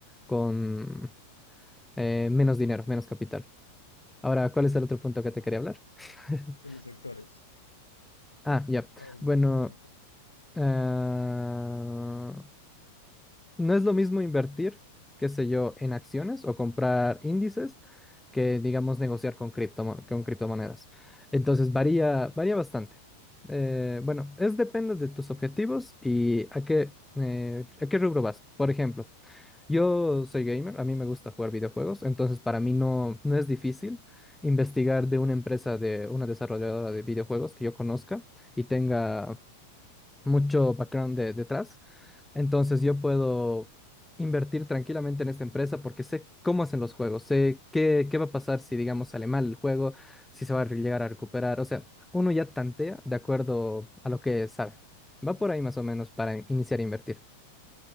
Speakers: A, in the centre; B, on the left (about 85°).
A: con eh, menos dinero, menos capital. Ahora, ¿cuál es el otro punto que te quería hablar? <laughs>
B: los sectores.
A: Ah, ya.
B: A ver,
A: Bueno,
B: de los sectores.
A: ah, no es lo mismo invertir, qué sé yo, en acciones o comprar índices que, digamos, negociar con criptomo- con criptomonedas. Entonces, varía, varía bastante. Eh, bueno, es depende de tus objetivos y a qué, eh, a qué rubro vas. Por ejemplo, Yo soy gamer, a mí me gusta jugar videojuegos, entonces para mí no, no es difícil investigar de una empresa, de una desarrolladora de videojuegos que yo conozca y tenga mucho background de- detrás. Entonces yo puedo invertir tranquilamente en esta empresa porque sé cómo hacen los juegos, sé qué, qué va a pasar si, digamos, sale mal el juego, si se va a llegar a recuperar. O sea, uno ya tantea de acuerdo a lo que sabe. Va por ahí más o menos para iniciar a invertir.